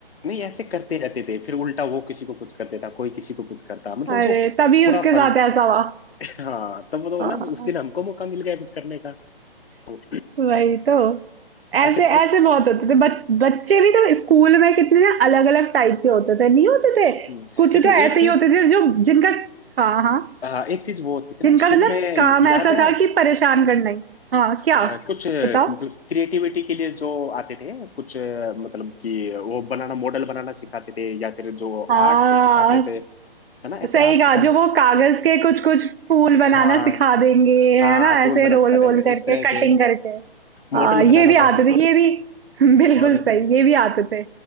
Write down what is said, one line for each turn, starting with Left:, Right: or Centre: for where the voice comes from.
Left: नहीं ऐसे करते रहते थे फिर उल्टा वो किसी को कुछ कर देता कोई किसी को कुछ करता मतलब
Right: अरे
Left: जो
Right: तभी
Left: पूरा
Right: उसके
Left: फन
Right: साथ ऐसा हुआ
Left: हाँ तब तो
Right: हाँ,
Left: ना उस दिन हमको मौका मिल गया कुछ करने का तो
Right: वही तो ऐसे
Left: ऐसे करके
Right: ऐसे बहुत होते थे बच, बच्चे भी तो स्कूल में कितने ना अलग अलग टाइप के होते थे नहीं होते थे
Left: हम्म,
Right: कुछ
Left: लेकिन
Right: तो ऐसे
Left: एक चीज
Right: ही होते थे जो जिनका हाँ हाँ
Left: हाँ, एक चीज वो होती थी
Right: जिनका
Left: ना स्कूल
Right: मतलब
Left: में
Right: काम ऐसा
Left: याद है
Right: था कि परेशान करना ही हाँ क्या
Left: अ, कुछ अ,
Right: बताओ
Left: मतलब क्रिएटिविटी के लिए जो आते थे कुछ अ, मतलब कि वो बनाना मॉडल बनाना सिखाते थे या फिर जो
Right: हाँ
Left: आर्ट से सिखाते थे है ना ऐसे
Right: सही
Left: आर्ट सिखाने
Right: कहा जो वो कागज के कुछ कुछ फूल बनाना
Left: हाँ
Right: सिखा देंगे
Left: हाँ
Right: है ना
Left: टूल
Right: ऐसे
Left: बनाना
Right: रोल
Left: सिखाते
Right: वोल
Left: थे
Right: करके
Left: इस तरह
Right: कटिंग
Left: के
Right: करके
Left: मॉडल
Right: हाँ ये
Left: बनाना
Right: भी
Left: था
Right: आते थे ये भी <laughs> बिल्कुल
Left: और
Right: सही ये भी आते थे